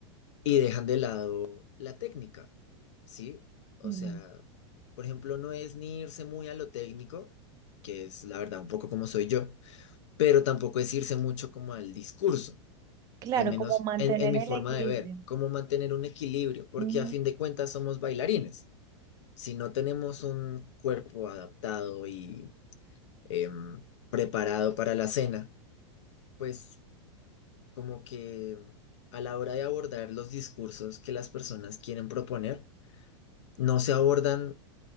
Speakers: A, on the left (about 75°); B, on the right (about 25°).
A: y dejan de lado la técnica, ¿sí? O
B: Mm.
A: sea, por ejemplo, no es ni irse muy a lo técnico, que es la verdad un poco como soy yo, pero tampoco es irse mucho como al discurso,
B: Claro,
A: al menos
B: como mantener
A: en, en mi
B: el
A: forma
B: equilibrio.
A: de ver, cómo mantener un equilibrio, porque
B: Mm,
A: a fin de cuentas somos bailarines. Si no tenemos un cuerpo adaptado y em, preparado para la cena, pues como que a la hora de abordar los discursos que las personas quieren proponer, no se abordan